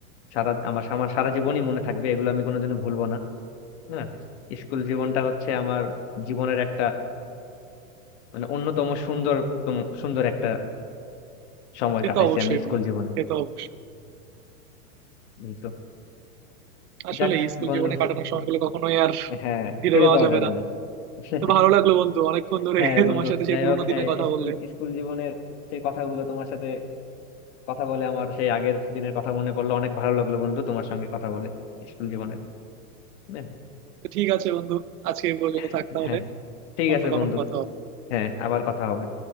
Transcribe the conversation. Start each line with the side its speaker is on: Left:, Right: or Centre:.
Left: সারা আমার আমার সারা জীবনই মনে থাকবে এগুলো আমি কোনোদিনও ভুলবো না না স্কুল জীবনটা হচ্ছে আমার জীবনের একটা মানে অন্যতম সুন্দরতম সুন্দর একটা সময়
Right: সে
Left: কাটাইছি
Right: তো অবশ্যই
Left: আমি স্কুল
Right: বন্ধু
Left: জীবনে
Right: সে তো অবশ্যই
Left: এই তো
Right: আসলে
Left: যাক
Right: স্কুল
Left: বন্ধু
Right: জীবনে কাটানোর সময়গুলো কখনোই আর
Left: হ্যাঁ
Right: ফিরে
Left: ফিরে
Right: পাওয়া
Left: পাওয়া
Right: যাবে
Left: যাবে
Right: না
Left: না <laughs>
Right: তো ভালো লাগলো বন্ধু অনেকক্ষণ ধরে
Left: হ্যাঁ বন্ধু
Right: তোমার সাথে
Left: যাই
Right: সেই পুরোনো
Left: হোক হ্যাঁ
Right: দিনের কথা
Left: স্কুল
Right: বললে
Left: স্কুল জীবনের সেই কথাগুলো তোমার সাথে কথা বলে আমার সেই আগের দিনের কথা মনে পড়লো অনেক ভালো লাগলো বন্ধু তোমার সঙ্গে কথা বলে স্কুল জীবনের হ্যাঁ
Right: তো ঠিক আছে বন্ধু আজকে এই পর্যন্ত থাক
Left: হ্যাঁ
Right: তাহলে
Left: হ্যাঁ, ঠিক
Right: অন্য
Left: আছে
Right: কখন
Left: বন্ধু
Right: কথা হবে
Left: হ্যাঁ আবার কথা হবে